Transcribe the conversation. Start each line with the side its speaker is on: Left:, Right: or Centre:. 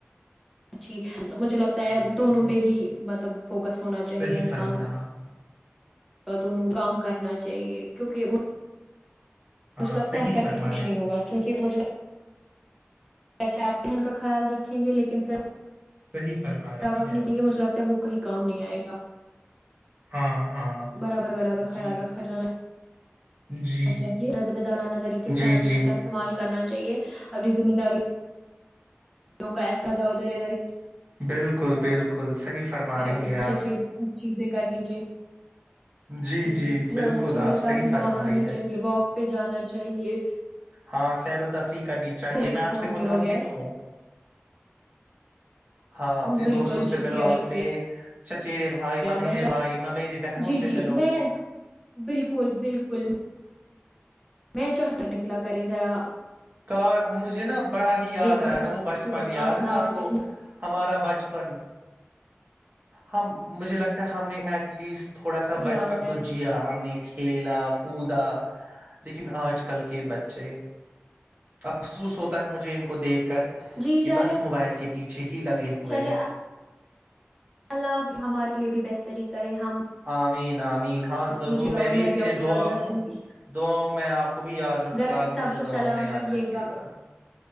Centre: اچھی <inaudible> مجھے لگتا ہے
Right: بالکل
Centre: دونوں پہ ہی مب <unintelligible> فوکس ہونا چاہیے
Right: صحیح
Centre: انسان
Right: فرمایا
Centre: کا
Right: آپ نے
Centre: <unintelligible> دونوں کام کرنا چاہیے کیونکہ <unintelligible>
Right: ہاں
Centre: مجھے لگتا
Right: صحیح
Centre: ہے کر
Right: فرما
Centre: کے کچھ
Right: رہی
Centre: نہیں ہوا کیونک مجھے <unintelligible> آپ ذہن کا خیال رکھیں گے لیکن پھر <unintelligible>
Right: ہے صحیح فرما رہی
Centre: کیا آپ اپنی
Right: ہے
Centre: پگ کے مجھ لگتا ہے وہ کہیں <unintelligible> کام نہیں آئے گا <inaudible>
Right: ہاں ہاں
Centre: برابر برابر خیال
Right: جی
Centre: رکھا جانا <unintelligible>
Right: جی
Centre: چاہے رزم دورانہ طریقے سے
Right: جی
Centre: ہر چیز
Right: جی
Centre: کا استعمال کرنا چاہیے انی ذمہ داری کیوں کہ ادا ادارداری
Right: بالکل بالکل صحی فرما رہی
Centre: اچھے
Right: ہے آپ
Centre: اچھے چیزیں کرنی
Right: جی
Centre: چاہیے
Right: جی
Centre: جانا
Right: بالکل
Centre: چاہیے
Right: آپ صحی
Centre: تازی
Right: فرما
Centre: ہوا کھانی
Right: رہی ہے
Centre: چاہیے واک پہ جانا چاہیے
Right: ہاں سیر و تفریح کرنی چاہیے
Centre: اس
Right: میں آپ
Centre: فون
Right: سے متفق
Centre: کے بغیر
Right: ہوں ہاں اپنے
Centre: بالکل
Right: دوستوں سے
Centre: شکریہ
Right: ملو اپنے
Centre: شکریہ
Right: چچیرے بھائی ممیرے
Centre: میں چاہ
Right: بھائی ممیرے بہنوں
Centre: جی
Right: سے
Centre: جی
Right: ملو
Centre: میں بالکل بالکل میں چوتر نکلا کرے ذرا
Right: کا مجھے نا بڑا ہی یاد
Centre: دیکھا
Right: آیا
Centre: کتنا
Right: نا وہ
Centre: خوبصورت
Right: بچپن یاد
Centre: آسمان
Right: ہے آپ کو
Centre: اتنی
Right: ہمارا بچپن ہم مجھے لگتا ہے ہم نے ایڈ ایٹ لیسٹ تھوڑا سا
Centre: یاد
Right: بچپن
Centre: ہے
Right: تو جیا ہم نے کہ کھیلا کودا لیکن آج کل کے بچے مفسوس ہوتا ہے مجھے ان کو دیکھ کر
Centre: جی
Right: کہ
Centre: چلے
Right: بس موبائل کے پیچھے ہی لگے ہوئے
Centre: چلے
Right: ہے
Centre: اللہ ہمارے لیے بھی بہتری کرے ہم
Right: آمین آمین ہاں ضرور
Centre: مجھے گا
Right: میں
Centre: اور
Right: بھی ان کے
Centre: آپ
Right: لیے
Centre: کو یاد
Right: دعا
Centre: رکھوں
Right: ہوں
Centre: گی
Right: دعاؤں میں آپ کو بھی یاد رکھوں
Centre: گھر
Right: گا
Centre: پہ
Right: آپ بھی
Centre: سب
Right: مجھے
Centre: کو
Right: دعاؤں
Centre: سلام
Right: میں یاد
Centre: کہیے
Right: رکھیے گا